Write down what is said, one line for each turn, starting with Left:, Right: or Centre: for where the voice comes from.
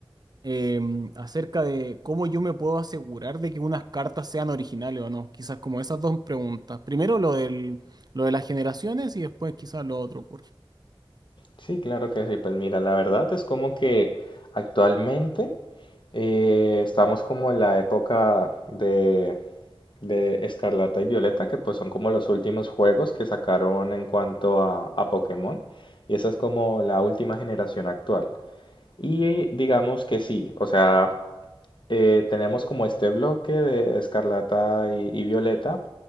Right: em, acerca de cómo yo me puedo asegurar de que unas cartas sean originales o no. Quizás como esas dos preguntas. Primero lo del, lo de las generaciones y después quizás lo otro, por-
Left: Sí, claro que sí. Pues mira, la verdad es como que actualmente eh, estamos como en la época de, de Escarlata y Violeta, que pues son como los últimos juegos que sacaron en cuanto a, a Pokémon. Y esa es como la última generación actual. Y digamos que sí, o sea, eh, tenemos como este bloque de Escarlata y, y Violeta